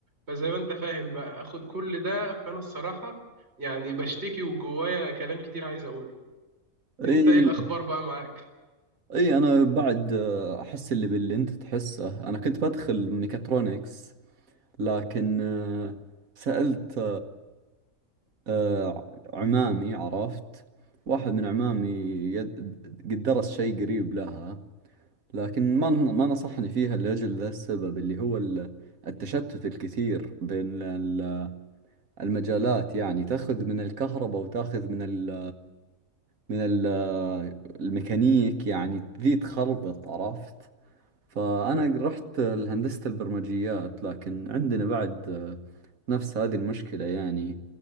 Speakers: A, on the right; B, on the right.
A: فزي ما انت فاهم بقى اخد كل ده فانا الصراحة يعني بشتكي وجوايا كلام كتير عايز اقوله انت
B: إي
A: ايه الاخبار بقى معاك
B: إي أنا بعد آه، أحس اللي باللي أنت تحسه أنا كنت بدخل ميكاترونكس لكن آه، سألت آه، عمامي عرفت واحد من عمامي يد- قد درس شيء قريب لها لكن ما ما نصحني فيها لأجل ذا السبب اللي هو ال- التشتت الكثير بين ال- المجالات يعني تأخذ من الكهرباء وتأخذ من ال من ال الميكانيك يعني ذي تخربط عرفت فأنا رحت لهندسة البرمجيات لكن عندنا بعد آه، نفس هذه المشكلة يعني